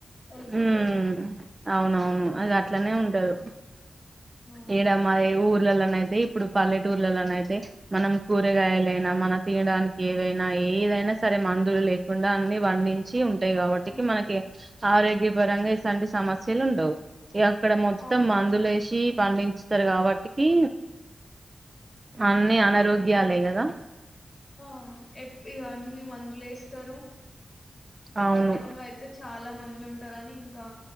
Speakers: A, on the left; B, on the right.
A: వెళ్ళిపోతారు
B: ఉమ్ అవునవును అదిట్లనె ఉంటరు
A: ఉమ్
B: ఈడ మాది ఊరు పిల్లలనయితే ఇప్పుడు పల్లెటూర్లలొనయితె మనం కూరగాయలైనా మన తినడానికి ఏవైనా న ఏదైనా సరే మందులు లేకుండా అన్ని వండించి ఉంటాయి కాబట్టికి
A: ఉమ్,
B: మనకి ఆరోగ్య. పరంగా ఇసంటి సమస్యలు ఉండవు ఇగ అక్కడ మొత్తం
A: అవును
B: మందులు వేసి పండి. వస్తారు కాబట్టికి అన్నీ అనారోగ్యాలే కదా.
A: ఆ ఎప్ ఇగ అన్ని మందులు వేస్తారు ఇంకా
B: అవును
A: పట్టణంలో అయితే చాలా మంది. మందు ఉంటారని ఇంకా